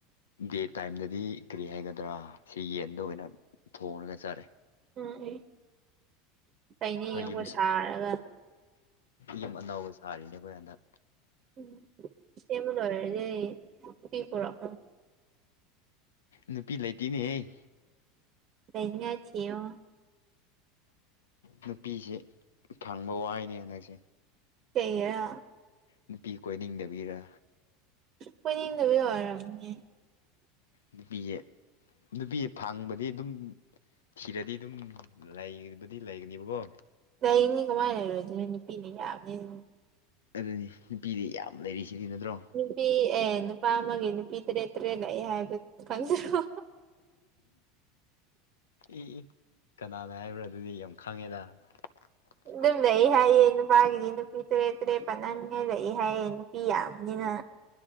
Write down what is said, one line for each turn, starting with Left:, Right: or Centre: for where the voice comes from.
Left: ꯗꯦꯠ ꯇꯥꯏꯝꯗꯗꯤ ꯀꯔꯤ ꯍꯥꯏꯒꯗ꯭ꯔꯥ ꯁꯤ ꯌꯦꯟꯗꯣ ꯑꯣꯏꯅ ꯊꯣꯡꯉꯒ ꯆꯥꯔꯦ꯫
Right: ꯎꯝ ꯑ ꯐꯩꯅꯤ
Left: ꯍꯣꯏ
Right: ꯌꯨꯝꯒ
Left: ꯌꯨꯝ
Right: ꯁꯥꯔꯒ꯫
Left: ꯌꯨꯝ ꯑꯅꯧꯕ ꯁꯥꯔꯤꯅꯦ ꯑꯩꯈꯣꯏ ꯍꯟꯗꯛ꯫
Right: ꯎꯝ ꯁꯦꯝꯕ ꯂꯣꯏꯔꯗꯤ ꯅꯨꯄꯤ ꯄꯨꯔꯛ
Left: ꯅꯨꯄꯤ ꯂꯩꯇꯦꯅꯦꯍꯦ꯫
Right: ꯂꯩꯅꯤꯉꯥꯏ ꯊꯤꯌꯣ꯫
Left: ꯅꯨꯄꯤꯁꯦ ꯐꯪꯕ ꯋꯥꯏꯅꯦ ꯍꯟꯗꯛꯁꯦ꯫
Right: ꯀꯩꯒꯤꯔ?
Left: ꯅꯨꯄꯤ ꯀꯣꯏꯅꯤꯡꯗꯕꯒꯤꯔ?
Right: ꯀꯣꯏꯅꯤꯡꯗꯕꯩ ꯑꯣꯏꯔꯝꯅꯤꯌꯦ꯫
Left: ꯅꯨꯄꯤꯁꯦ-ꯅꯨꯄꯤꯁꯦ ꯐꯥꯡꯕꯗꯤ ꯑꯗꯨꯝ ꯊꯤꯔꯗꯤ ꯑꯗꯨꯝ ꯂꯩꯕꯗꯤ ꯂꯩꯒꯅꯤꯕꯀꯣ
Right: ꯂꯩꯅꯤ ꯀꯃꯥꯏꯅ ꯂꯩꯔꯣꯏꯗꯣꯏꯅꯣ ꯅꯨꯄꯤꯅꯦ ꯌꯥꯕꯅꯤꯅ꯫
Left: ꯑꯗꯨꯅꯤ ꯅꯨꯄꯤꯗꯤ ꯌꯥꯝ ꯂꯩꯔꯤꯁꯤꯗꯤ ꯅꯠꯇ꯭ꯔꯣ꯫
Right: ꯅꯨꯄꯤ ꯑꯦ ꯅꯨꯄꯥ ꯑꯃꯒꯤ ꯅꯨꯄꯤ ꯇꯔꯦꯠ-ꯇꯔꯦꯠ ꯂꯥꯛꯑꯦ ꯍꯥꯏꯕꯗꯨ ꯈꯪꯗ꯭ꯔꯣ꯫
Left: ꯏ ꯀꯅꯥꯅ ꯍꯥꯏꯕ꯭ꯔꯥ ꯑꯗꯨꯗꯤ ꯌꯥꯝ ꯈꯪꯉꯦꯗ꯫ <inaudible>
Right: ꯑꯗꯨꯝ ꯂꯩ ꯍꯥꯏꯌꯦ ꯅꯨꯄꯥꯒꯤꯗꯤ ꯅꯨꯄꯤ ꯇꯔꯦꯠ-ꯇꯔꯦꯠ ꯄꯟꯅꯉꯩ ꯂꯩ ꯍꯥꯏꯌꯦ ꯅꯨꯄꯤ ꯌꯥꯝꯅꯤꯅ꯫